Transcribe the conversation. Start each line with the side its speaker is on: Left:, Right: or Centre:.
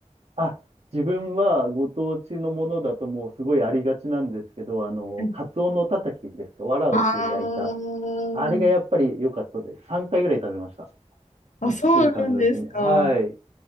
Right: あ、自分はご当地のものだともうすごいありがちなんですけど、あの、
Left: はい
Right: カツオのたたきですか、藁で焼いた。
Left: あー
Right: あれがやっぱり良かったです。3回ぐらい食べました。
Left: あ、
Right: 1週間のうちに。
Left: そうなんですか。
Right: はい。